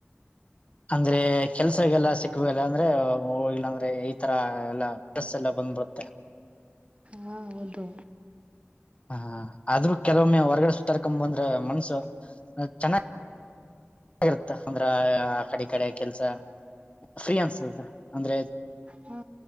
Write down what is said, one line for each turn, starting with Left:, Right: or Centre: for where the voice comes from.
Left: ಅಂದ್ರೆ ಕೆಲ್ಸಗೆಲ್ಲ ಸಿಕ್ುವಲ್ಲ ಅಂದ್ರೆ ಹೋಗ್ಿಲ್ಲ ಅಂದ್ರೆ ಈತರ ಎಲ್ಲಾ ಡ್ರೆಸ್ ಎಲ್ಲ ಬಂದ ಬತ್ತ
Right: ಹಾ ಹೌದು
Left: ಹ ಆದ್ರೂ ಕೆಲವೊಮ್ಮೆ ಹೊರಗಡೆ ಸತಾರ್ಕೊ ಬಂದ್ರೆ ಮನ್ಸು ಚೆನ್ನಾಗ ಚೆನ್ನಾಗಿ ರುತ್ತ ಅಂದ್ರ ಆ ಕಡೆ ಕಡೆ ಕೆಲ್ಸ ಫ್ರೀ ಅನ್ಸ ಅಂದ್ರೆ
Right: ಹಾ